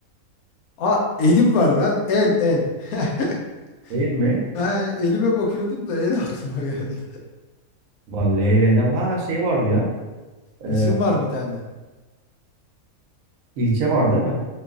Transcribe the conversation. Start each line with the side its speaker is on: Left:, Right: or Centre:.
Left: Aa elim var lan. El el. <laughs>
Right: Değil mi?
Left: Ha, elime bakıyordum da el aklıma geldi.
Right: Lan Leyle ne? Ha şey vardı ya.
Left: İsim
Right: E,
Left: var bir tane.
Right: ilçe var değil mi?